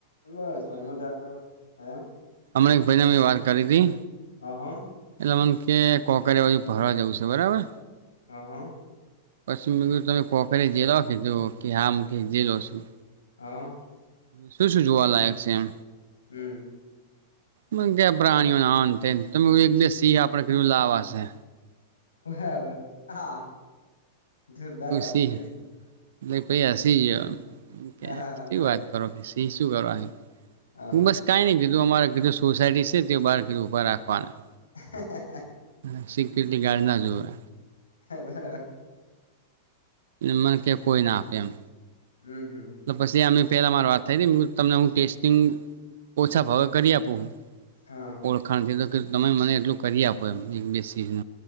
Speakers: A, on the left (about 80°); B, on the right (about 65°).
A: બસ સમજ કર હે.
B: અમનેક ભાઈને મે વાત કરી હતી.
A: હ હ હ
B: એટલે મને કે કોકર બાજુ ભરવા જવું છે બરાબર.
A: હ હા.
B: પશ્ચિમ બંગુ તમે કોખરે જેલો કે જો કે હા હ જેે લો છું.
A: હા.
B: શું શું જોવાલાયક છે એમ?
A: હમ.
B: મ ક્યાં પ્રાણીઓને અંત તમે એક બે સિંહ આપણેધું લાવવાશે.
A: બરાબર હા. જોરદાર વાત
B: સીહ,
A: કરી
B: એ પૈ સી
A: હા હા બરાબર
B: વાત કરો. તે શું કરો,
A: હા
B: તું
A: હા
B: મસ્ કાઈ નહી કીધું અમારા કધું સોસાયટી છે તે બાર કીધું ભા રાખવાના.
A: હ <unintelligible>
B: હ સિક્યુરિટી ગાર્ડ ના જોવે.
A: હ <unintelligible>
B: એ મને કે કોઈ ના આપે એમ.
A: હમ હમ.
B: પછીને પેલા માર વાત થઈ તમને હું ટેસ્ટિંગ ઓછા ભાવે કરી આપું.
A: હા
B: ઓળખાણ તો તમે મને એટલું કરી આપો એ એક બે સી ન.